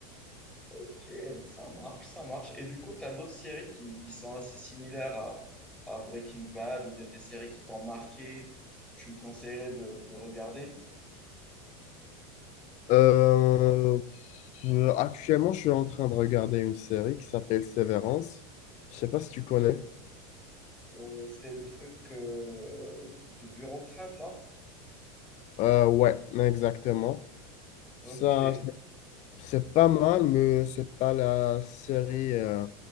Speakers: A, in the centre; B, on the left (about 40°).
A: ok, ça marche, ça marche. Et du coup, tu as d'autres séries qui, qui sont assez similaires à, à Breaking Bad ou bien des séries qui t'ont marqué, que tu me conseillerais de, de regarder?
B: Euh, euh, actuellement, je suis en train de regarder une série qui s'appelle Severance. Je sais pas si tu connais.
A: Oh, c'est le truc euh, de, de bureaucrate là?
B: Euh, ouais, exactement. Ça,
A: Ok,
B: c'est pas mal, mais c'est pas la série, euh,